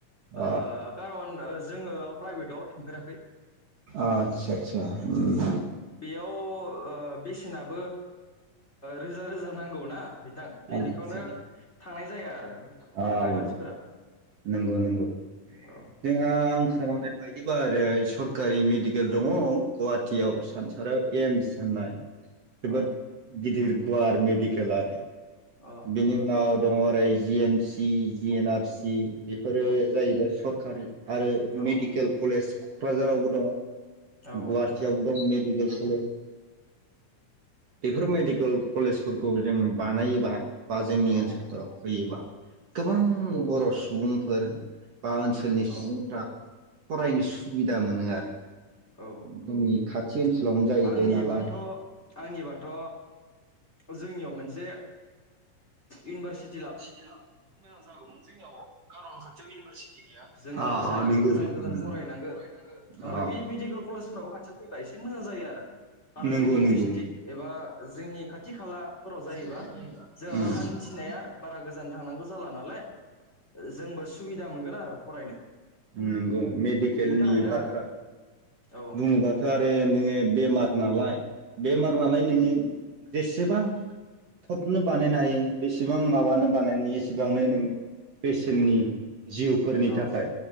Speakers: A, on the right; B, on the left.
A: अ
B: ओ खारन जोंयो प्रायभेट थांफेराखै
A: आदसा आदसा उम
B: बेयाव बेसेनाबो रोजा रोजा नांग नांगौ ना बिथां बेनिखौनो
A: आदसा
B: थांनाय जाया आरो
A: औ
B: बांद्राय मानसिफोरा
A: नंगौ नंगौ
B: औ
A: जोंहा आं खोनानाय बायदिबा ओरै सरकारि मेडिकेल दङ गुवाहाटियाव सानसाराव एम्स होननाय जोबोद
B: औ
A: गिदिर गुयार मेडिकेल आरो
B: औ
A: बिनि उनाव दङ ओरै G M C G N R C बेफोरो
B: उम
A: जाहैबाय सर खारि आरो
B: औ
A: मेडिकेल कलेज क'क्राझारावबो दङ।
B: औ
A: गुवाहाटियाव दं मेडिकेल कलेज बेफोर मेडिकेल कलेजफोरखौ जोङो बानायोबा बा जोंनि
B: औ
A: ओनसोलफोराव फैयोबा गोबां
B: औ
A: बर' सुबुंफोर बा ओनसोलनि सुबुंफ्रा
B: औ
A: फरायनो सुबिदा मोनो आरो
B: औ
A: जोंनि खाथि ओनसोलावनो जाहैबाय
B: आंनिबाथ'
A: नालाय
B: आंनिबाथ' जोंनियाव मोनसे इउनिभारसिटि
A: इनिभारसिटि लाबाबो मोजां जागौमोन जोंनियाव कारन खाथियाव इउनिभारसिटि गैया
B: जोङो
A: गोजान
B: फरायनोबा
A: गोजान
B: फरायनांगो
A: फरायनांगौ <unintelligible>
B: ओमफ्राय बे मेडिकेल कलेजफोराबो खाथियाव फैबा एसे मोजां जायो आरो खारन
A: नंगौ
B: जोंनि
A: नंगौ
B: ड्रिस्ट्रिक एबा जोंनि खाथि खालाफोराव जायोबा
A: जेन'बा
B: जोंहाबा हान्थिनाया बारा गोजान थांनांगौ जाला नालाय जोंबो सुबिदा मोनगोन आरो फरायनो
A: नंगौ मेडिकेलनि
B: बेनि थाखायनो
A: बाथ्रा
B: औ
A: बुङोबाथ' आरो नोङो बेमार नालाय बेमार
B: औ
A: नालाय नोङो जेसेबां। थबनो बानायनो
B: उम
A: हायो बेसे एसेबां माबानो
B: औ
A: बानायनायनि एसे बांनो नोङो बेसेननि
B: उम
A: जिउफोरनि
B: औ
A: थाखाय